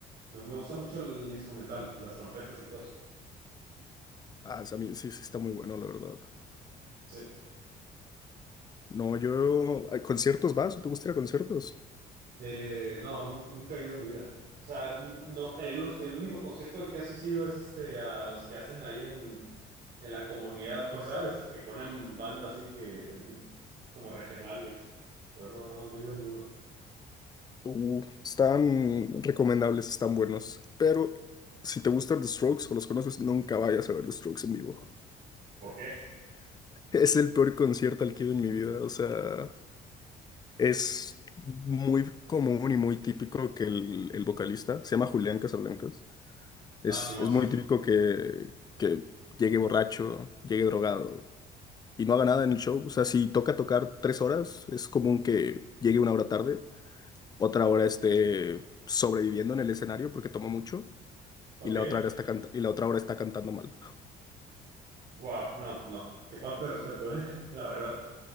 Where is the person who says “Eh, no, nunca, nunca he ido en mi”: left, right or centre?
Right